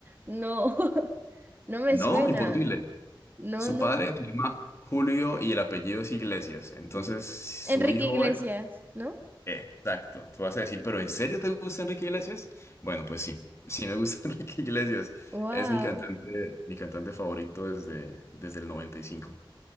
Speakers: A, on the right (about 20°); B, on the left (about 30°).
A: No, <laughs> no me
B: No,
A: suena.
B: imposible.
A: No,
B: Su
A: no.
B: padre se llama Julio y el apellido es Iglesias. Entonces, su
A: Enrique
B: hijo
A: Iglesias,
B: es...
A: ¿no?
B: Exacto. Tú vas a decir, ¿pero en serio te gusta Enrique Iglesias? Bueno, pues sí, sí me gusta <laughs> Enrique Iglesias.
A: Wow.
B: Es mi cantante, mi cantante favorito desde, desde el 95.